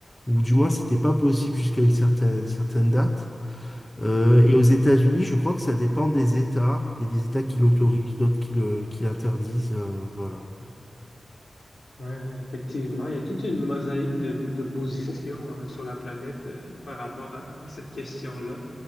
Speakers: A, on the left; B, on the left.
A: ou du moins c'était pas possible jusqu'à une certaine certaine date. Euh,
B: Mm,
A: et aux États-Unis, je crois que ça dépend des États. Il y a des États qui
B: mhm,
A: l'autorisent, d'autres qui le, qui l'interdisent. euh, voilà.
B: mm. Ouais, ouais, effectivement, il y a toute une mosaïque de, de positions euh, sur la planète euh, par rapport à, à cette question-là.